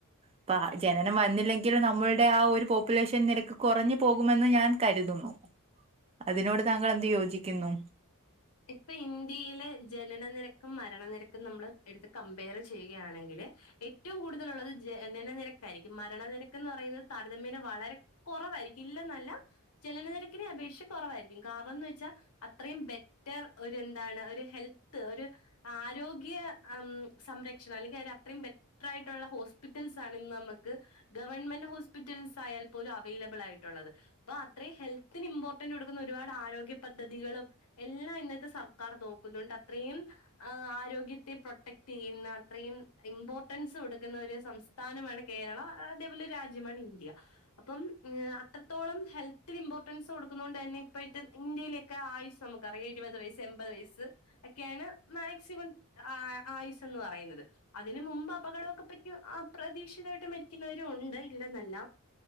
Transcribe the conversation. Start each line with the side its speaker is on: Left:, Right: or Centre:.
Right: അപ്പ ജനനം വന്നില്ലെങ്കിൽ നമ്മളുടെ ആഹ് ഒരുപോ പോപ്പുലേഷൻ നിരക്ക് കുറഞ്ഞു പോകുമെന്ന് ഞാൻ കരുതുന്നു. അതിനോട് താങ്കൾ എന്ത് യോജിക്കുന്നു.
Left: ഇപ്പൊ ഇന്ത്യയിലെ ജനന നിരക്കും മരണനിരക്കും നമ്മള് എടുത്ത് കമ്പയർ ചെയ്യുകയാണെങ്കില്. ഏറ്റവും കൂടുതലുള്ളത് ജനനനിരക്ക ആയിരിക്കും മരണനിരക്ക് എന്ന് പറയുന്നത് താരതമ്യന വളരെ. കൊറവായിരിക്കും ഇല്ലന്നല്ല. ജനനനിരക്കിന് അപേക്ഷിച്ച് കുറവായിരിക്കും കാരണംന്ന് വെച്ചാൽ അത്രയും ബെ റ്റർ ഒരു എന്താണ് ഒരു ഹെൽത്ത് ഒരു. ആരോഗ്യ ഉം സംരക്ഷണം അല്ലെങ്കിൽ അവര് അത്രയും ബെ റ്ററായിട്ടുള്ള ഹോസ്പിറ്റൽസ് ആണ് ഇന്ന് നമുക്ക്. ഗവൺമെന്റ് ഹോസ്പിറ്റൽസ് ആയാൽ പോലും അവൈലബിൾ ആയിട്ടുള്ളത്. അപ്പൊ അത്രയും ഹെൽത്തിന് ഇമ്പോർട്ടന്റ് കൊടുക്കുന്ന ഒരുപാട് ആരോഗ്യ പദ്ധതികളും. എല്ലാം ഇന്നത്തെ സർക്കാർ നോക്കുന്നുണ്ട് അത്രയും. ആഹ് ആരോഗ്യത്തെ പ്രൊട്ടക്ട് ചെയ്യുന്ന അത്രയും ഇമ്പോർട്ടൻസ് കൊടുക്കുന്ന ഒരു സംസ്ഥ സ്ഥാനമാണ് കേരളം അതേപോലെ ഒരു രാജ്യമാണ് ഇന്ത്യ അപ്പം അത്ര അത്രത്തോളം ഹെൽത്തിന് ഇമ്പോർട്ടൻസ് കൊക്കുന്നുന്നത് കൊണ്ട് തന്നെ ഇപ്പോഴത്തെ ഇന്ത്യയിലൊക്കെ ആയിസ് നമുക്ക്. എഴുപത് വയസ് എൺപത് വയസ്സ് ഒക്കെയാണ് മാക്സിമം ആ ആയുസ് എന്ന് പറയുന്നത്. അതിന് മുമ്പ് അപകടമൊക്കെ പറ്റി അപ്രതീക്ഷിതായിട്ട് മരിക്കുന്നവരും ഉണ്ട് ഇല്ലെന്നല്ല.